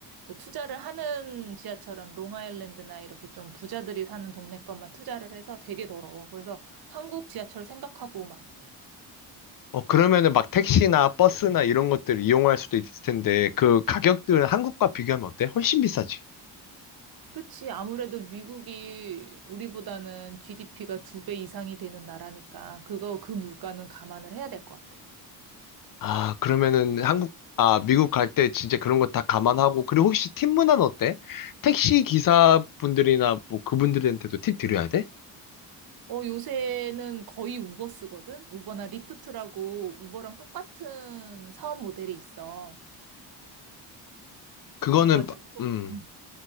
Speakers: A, on the right; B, on the left.
A: 그 투자를 하는 지하철은 롱아일랜드나 이렇게 좀 부자들이 사는 동네 것만 투자를 해서 되게 더러워. 그래서 한국 지하철 생각하고 오면 안 돼.
B: 어, 그러면은 막 택시나 버스나 이런 것들 이용할 수도 있을 텐데 그 가격들은 한국과 비교하면 어때? 훨씬 비싸지.
A: 그치. 아무래도 미국이 우리보다는 GDP가 두 배 이상이 되는 나라니까 그거 그 물가는 감안을 해야 될 것 같아.
B: 아, 그러면은 한국, 아, 미국 갈 때 진짜 그런 거 다 감안하고, 그리고 혹시 팀 문화는 어때? 택시 기사분들이나 뭐 그분들한테도 팁 드려야 돼?
A: 어, 요새는 거의 우버 쓰거든? 우버나 리프트라고 우버랑 똑같은 사업 모델이 있어.
B: 그거는,
A: 그래가지고,
B: 마- 음,
A: 음,